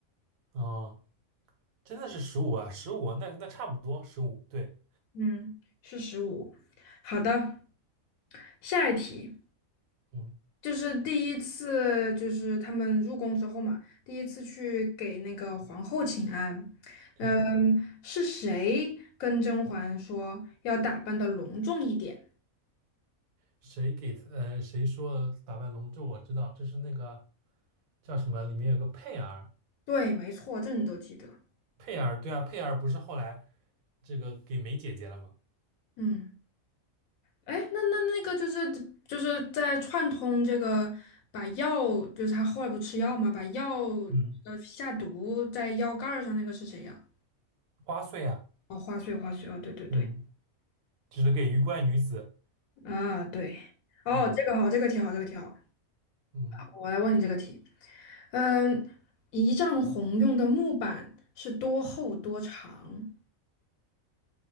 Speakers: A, on the right; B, on the left.
A: 哦，真的是十五啊，十五，那那差不多十五，对，
B: 嗯，是十五。好的，下一题
A: 嗯。
B: 就是第一次，就是他们入宫之后嘛，第一次去给那个皇后请安。
A: 对，
B: 嗯，是谁跟甄嬛说要打扮的隆重一点？
A: 谁给他？呃，谁说打败龙？这我知道，这是那个叫什么？里面有个佩儿，
B: 对，没错，这你都记得。
A: 佩儿，对啊，佩儿不是后来这个给梅姐姐了吗？
B: 嗯，哎，那那那个就是就是在串通这个，把药，就是他后来不吃药嘛，把药
A: 嗯，
B: 呃下毒在药盖儿上那个是谁呀？
A: 花穗啊，
B: 哦，花穗，花穗，哦，对对对。
A: 嗯，指的给鱼怪女子，
B: 啊，对，哦，
A: 嗯
B: 这个好，这个题好，这个题好，
A: 嗯，
B: 我来问你这个题。嗯，一丈红用的木板是多厚多长？